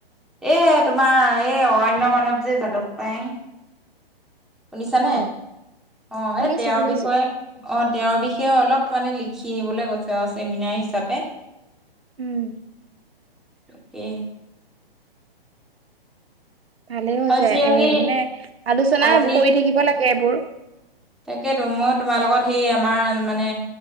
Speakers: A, in the centre; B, on the right.
A: এ তোমাৰ এই অৰণ্য মানৱ যে জাদৱ পায়েং। শুনিছানে?
B: অ',
A: অ
B: শুনিছো
A: এ তেওঁৰ
B: শুনিছো
A: বিষয়ে অ তেওঁৰ বিষয়ে অলপ মানে লিখি নিবলৈ কৈছে আৰু চেমিনাৰ হিচাপে।
B: ওম।
A: তাকে।
B: ভালেই হৈছে
A: অ যি আমি,
B: এ মানে আলোচনা
A: আজি
B: কৰি থাকিব লাগে এইবোৰ।
A: তাকেতো, মই তোমাৰ লগত সেই আমাৰ মানে